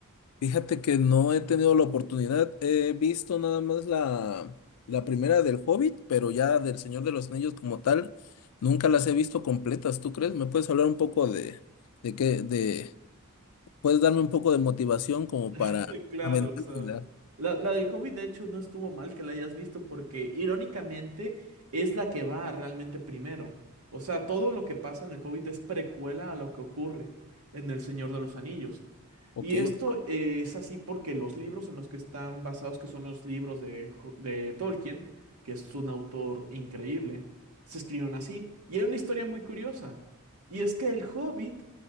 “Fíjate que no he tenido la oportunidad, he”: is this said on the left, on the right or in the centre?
Left